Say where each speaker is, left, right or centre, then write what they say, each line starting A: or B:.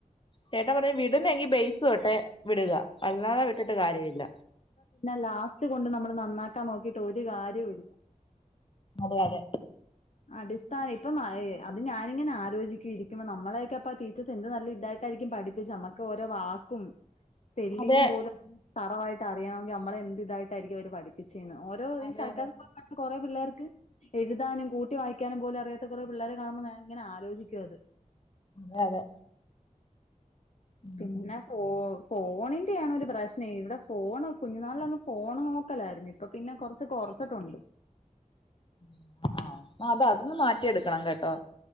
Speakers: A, on the left; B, on the left.
A: ചേട്ടാ പറഞ്ഞു വിടുന്നെങ്കി ബെയസ് തൊട്ടെ വിടുക അല്ലാതെ വിട്ടിട്ട് കാര്യമില്ല.
B: പിന്നെ ലാസ്റ്റ് കൊണ്ട് നമ്മള് നന്നാക്കാൻ നോക്കിട്ട് ഒരു കാര്യവുല്ല.
A: അതെ അതെ.
B: അടിസ്ഥാ ഇപ്പം ഏ അത് ഞാനിങ്ങനെ ആലോചിക്കു രിക്കുമ്പോ നമ്മളെയൊക്കെ അപ്പ ടീച്ചേ. എന്ത്‌ നല്ല ഇതായിട്ടായിരിക്കും പഠിപ്പിച്ച് നമ്മുക്ക് ഓരോ വാക്കും. സ്പെല്ലിങ്ങും
A: അതെ അതെ
B: പോലും തറവായിട്ട് അറിയാണമെങ്കിൽ നമ്മളെ എന്ത്‌ ഇതായിട്ടായിരിക്കും അവര് പഠി. ചെയ്യണം ഓരോ ഈ
A: അതെ
B: സർക്കാർ
A: അതെ
B: സ്കൂളിൽ പെട്ട കൊറെേ പിള്ളേർക്ക് എഴുതാനും കൂട്ടി കൂട്ടി വായിക്കാനു പോലും അറിയാത്ത കുറെേ പിള്ളേരെ കാണുമ്പോ ഞാൻ ഇങ്ങനെ ആലോചിക്കു അത്.
A: അതെ അതെ. ഉം
B: പിന്നെ ഫോ ഫോണിന്റെയാണ്ഒരു പ്രശ്നം ഇവിടെ ഫോണ് കുഞ്ഞു നാളിലങ്ങ് ഫോണ് നോക്കലായിരുന്നു. അപ്പൊ പിന്നെ കൊറ്ച്ച് ഉറക് കൊഉണ്ട്.
A: <inaudible> ആഹ് അത അതൊന്ന് മാറ്റിയെടുക്കണം കേട്ടോ.